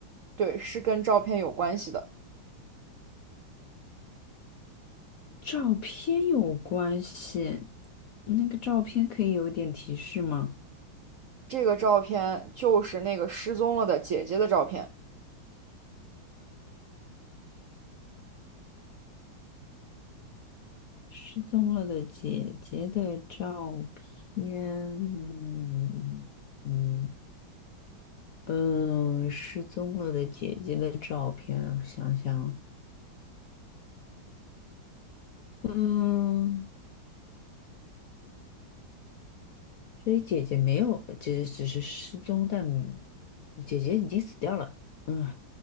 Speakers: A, on the right; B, on the left.
A: 对，是跟照片有关系的。
B: 照片有关系，那个照片可以有一点提示吗？
A: 这个照片就是那个失踪了的姐姐的照片。
B: 失踪了的姐姐的照片，嗯嗯嗯，呃失踪了的姐姐的照片，我想想，嗯，所以姐姐没有，姐姐只是失踪，但姐姐已经死掉了。嗯，